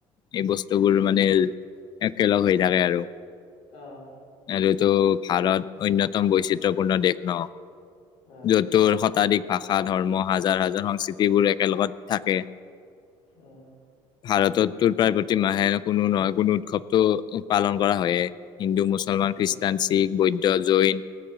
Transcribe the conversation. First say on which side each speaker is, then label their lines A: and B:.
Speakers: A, on the left (about 35°); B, on the left (about 55°).
A: এই বস্তুবোৰ
B: উম উম
A: মানে একেলগ হৈ থাকে আৰু
B: অঁ
A: এইটো ভাৰত অন্যতম বৈচিত্ৰপূৰ্ণ দেশ ন
B: আহ
A: য'তোৰ শতাধিক ভাষা ধৰ্ম হাজাৰ হাজাৰ সংস্কৃতিবোৰ একেলগত থাকে।
B: উম
A: ভাৰতততো প্ৰায় প্ৰতি মাহে কোনো নহয় কোনো উৎসৱতটো পালন কৰা হয়য়েই হিন্দু মুছলমান
B: উম
A: খ্ৰীষ্টান
B: উম
A: শিখ বৈদ্ধ জৈন